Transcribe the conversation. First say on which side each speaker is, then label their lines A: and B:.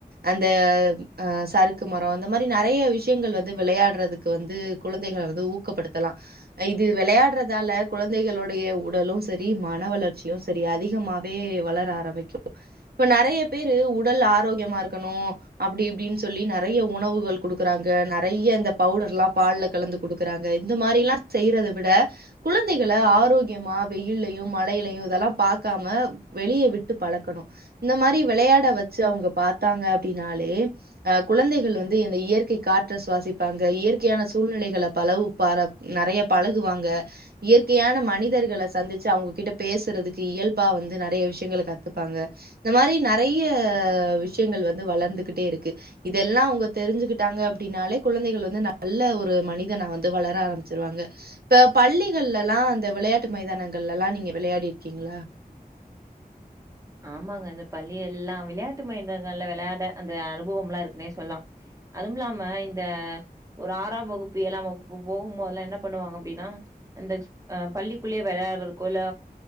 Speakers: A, on the right; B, on the right.
A: அந்த அ சறுக்கு மரோ அந்த மாரி நெறைய விஷயங்கள் வந்து விளையாடுறதுக் கு வந்து குழந்தைகள வந்து ஊக்கப்படுத்தலா இது விளையாட்றதால குழந்தைகளுடைய உடலு சரி மன வளர்ச்சியு சரி அதிகமா வே வளர ஆரம்பிக்கு இப்ப நிறைய பேரு உடல் ஆரோக்கியமா இருக்கணு அப்டி இப்டின் சொல்லி நெறைய உணவுகள் கொடுக்குறாங்க நெறைய இந்த பவுடர்ல்லா பால்ல கலந்து குடுக்குறாங்க இந்த மாரி எல்லா செய்யறத விட குழந்தைகள ஆரோக்கியமா வெயிலயு மழையிலயு இதெல்லா பாக்காம வெளிய விட்டு பழக்கணு இந்த மாரி விளையாட வச்சு அவங்க பாத்தாங்க அப்டின்னாலே அ குழந்தைகள் வந்து இந்த இயற்கை காற்ற சுவாசிப்பாங்க இயற்கையான சூழ்நிலைகளை பலவு பார நெறைய பழகுவாங்க இயற்கையான மனிதர்கல சந்திச்சு அவங்ககிட்ட பேசுறதுக்கு இயல்பா வந்து நிறைய விஷயங்கல கத்துப்பாங்க இந்த மாரி நெறைய விஷயங்கள் வந்து வளர்ந்துகிட்டே இருக்கு இதெல்லா அவ்ங்க தெரிஞ்சுக்கிட்டாங்க அப்டின்னாலே குழந்தைகள் வந்து நல்ல ஒரு மனிதன வந்து வளர ஆரம் ச்சருவாங்க இப்ப பள்ளிகள்ல எல்லா அந்த விளையாட்டு மைதானங்கல்லலா நீங்க விளையாடிருக்கீங்களா
B: ஆமாங்க இந்த பள்ளிஎல்லா விளையாட்டு மயந்தங்கள்ல விளையாட அந்த அனுபவம் எல்லா இருக்குனே சொல்லா அதுமில்லாமஇந்த ஒரு ஆறாம் வகுப்பு ஏலாம் வகுப்பு போகும்போதெல்லா என்ன பண்ணுவாங்க அப்டின்னா அந்த அ பள்ளிக்குள்ளேயே விளையாடுறதுக்கோ இல்ல